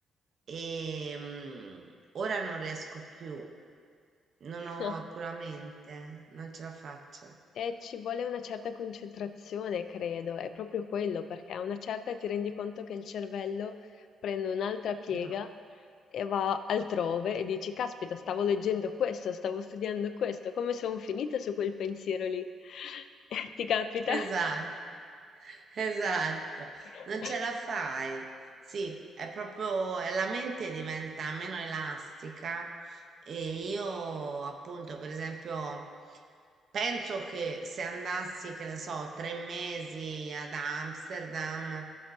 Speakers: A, on the right; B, on the left.
A: e mm, ora non riesco più, non ho
B: <laughs>
A: puramente, non ce la faccio.
B: Eh, ci vuole una certa concentrazione credo, è proprio quello, perché a una certa ti rendi conto che il cervello prende un'altra piega
A: No.
B: e va altrove e dici, caspita, stavo leggendo questo, stavo studiando questo, come sono finita su quel pensiero lì? <laughs> Ti capita?
A: Esatto. <laughs> Esatto,
B: <laughs>
A: non ce la fai. Sì, è proprio, eh, la mente diventa meno elastica e io appunto, per esempio, penso che se andassi, che ne so, tre mesi ad Amsterdam